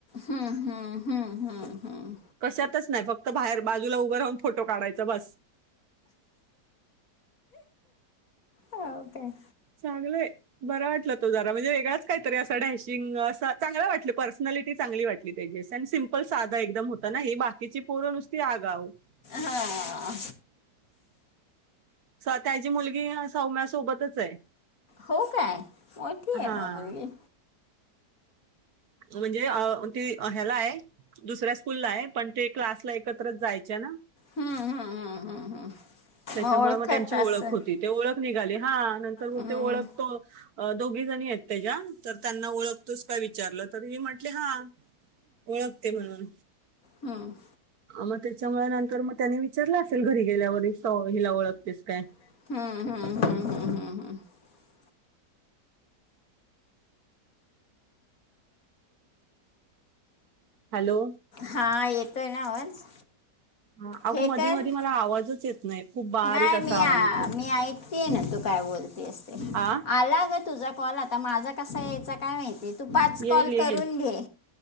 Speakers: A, on the left; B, on the right.
A: हम्म हम्म हम्म हम्म हम्म
B: कशातच नाही फक्त बाहेर बाजूला उभं राहून फोटो काढायचा बस
A: हो काय
B: चांगले बर वाटलं तो जरा म्हणजे वेगळाच काहीतरी असा डॅशिंग अस चांगला वाटलं पर्सनॅलिटी चांगली वाटली सिमपल साधा एकदम होता ना ही बाकीची पोर नुसती आगाव क्षरलक्षरर
A: हा.
B: स त्याची मुलगी सौम्यासोबतच आहे
A: हो काय मोठी आहे
B: हा
A: मग मुलगी
B: म्हणजे ते ह्याला आहे दुसऱ्या स्कूलला आहे पण ते क्लासला एकत्रच जायचे ना
A: हम्म हम्म हम्म हम्म हम्म
B: त्याच्यामुळे
A: ओळखत
B: मग त्यांची ओळख
A: असं
B: होती ते ओळख निघाली हा नंतर बोलते
A: हम्म
B: ओळख तो दोघी जणी आहेत त्याच्या तर त्यांना ओळखतोच काय विचारलं तर म म्हंटले हा ओळखते म्हणून
A: हमम
B: मग त्याच्यामुळे नंतर मग त्यानी विचारलं असेल घरी गेल्यावर हिला ओळखतेस काय
A: हम्म हम्म हम्म हम्म हम्म हम्म
B: हॅलो
A: हा येतोय ना आवाज
B: ह अगो
A: हे
B: मधी
A: कर
B: मधी मला आवाजच येत नाही खूप बारीक
A: नाही
B: असा
A: मी
B: आवाज येतोय
A: मी ऐकतेय ना तू काय बोलते असते
B: आ
A: आला तुझा कॉल आता माझा कसा यायचा काय माहिती आहे तू पाच
B: येईल
A: कॉल
B: येईल
A: करून घे